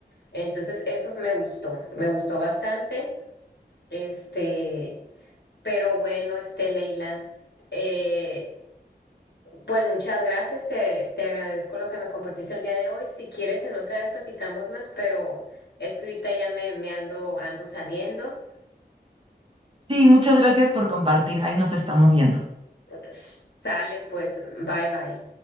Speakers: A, on the left; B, on the right.
A: Entonces, eso me gustó, me gustó bastante. Este, pero bueno, este, Leila, eh, pues muchas gracias, te, te agradezco lo que me compartiste el día de hoy. Si quieres, en otra vez platicamos más, pero es que ahorita ya me, me ando, ando saliendo.
B: Sí, muchas gracias por compartir. Ahí nos estamos yendo.
A: S- Sale, pues, bye bye.